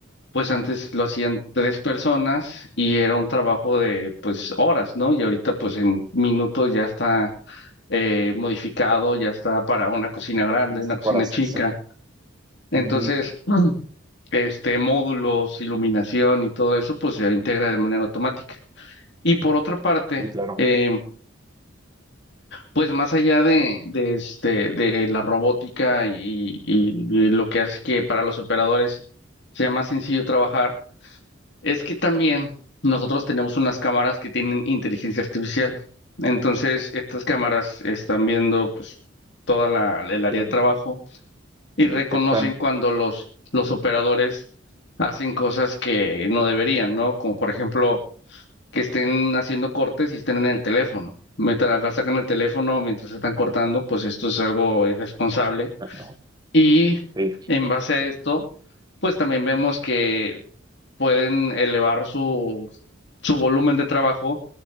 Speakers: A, on the left; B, on the right.
A: pues antes lo hacían tres personas y era un trabajo de pues horas, ¿no? Y ahorita pues en minutos ya está eh, modificado, ya está para una cocina grande, una
B: sí,
A: cocina
B: para hacerse.
A: chica. Entonces,
B: Ujú,
A: <clears throat> este, módulos, iluminación y todo eso, pues se integra de manera automática. Y por otra parte,
B: Sí, claro.
A: eh, pues más allá de, de, este, de la robótica y, y- y lo que hace que para los operadores sea más sencillo trabajar, es que también nosotros tenemos unas cámaras que tienen inteligencia artificial. Entonces, estas cámaras están viendo pues toda la, el área
B: Sí.
A: de trabajo y
B: Detectan.
A: reconocen cuando los, los
B: Ujú,
A: operadores hacen cosas que no deberían, ¿no? Como por ejemplo, que estén haciendo cortes y estén en el teléfono. Metan acá, sacan el teléfono mientras están cortando, pues esto es algo irresponsable.
B: <laughs> ajá,
A: Y
B: Sí.
A: en base a esto, pues también vemos que pueden elevar su, su volumen de trabajo